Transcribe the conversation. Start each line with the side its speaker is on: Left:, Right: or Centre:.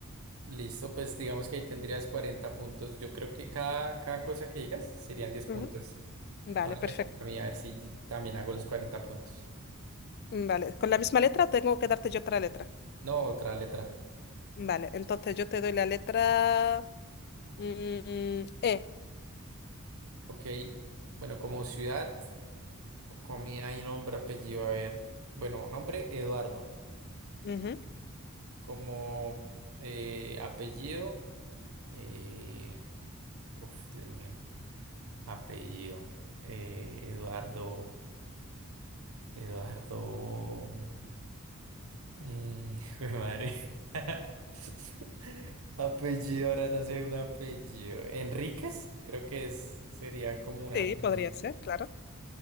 Right: listo. Pues digamos que ahí tendrías 40 puntos. Yo creo que cada, cada cosa que digas serían 10 puntos.
Left: Ujú. Vale,
Right: Ahora
Left: perfecto.
Right: me toca a mí a ver si también hago los cuarenta puntos.
Left: Mm, Vale, con la misma letra tengo que darte yo otra letra.
Right: No, otra letra.
Left: Vale, entonces yo te doy la letra mm, E.
Right: Ok. Bueno, como ciudad, comida y nombre, apellido. A ver. Bueno, nombre Eduardo.
Left: Ujú.
Right: Como eh, apellido. eh, Uf, Dios mío. Apellido. eh, Eduardo. Eduardo. Eh, <laughs> jue madre. <laughs> Apellido, ahora no sé un apellido. Enríquez, creo que es, sería como un apellido.
Left: Sí, podría ser, claro.